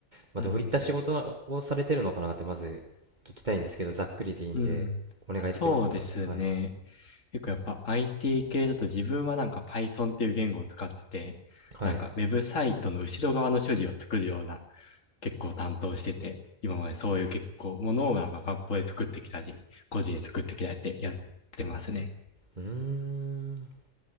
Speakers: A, on the right (about 35°); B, on the left (about 75°).
A: まあ、
B: うん、
A: どういった仕事をされてるのかなってまず聞きたいんですけど、ざっくりでいいんで、
B: うん。
A: お願いできますかはい。
B: あそうですね。結構やっぱ IT 系だと自分はなんか Python っていう言語を使ってて、
A: はい。
B: なんかウェブサイトの後ろ側の処理を作るような結構担当してて、今までそういう結構ものをなんか学校で作ってきたり、個人で作ってきたりってやってますね。
A: うーん。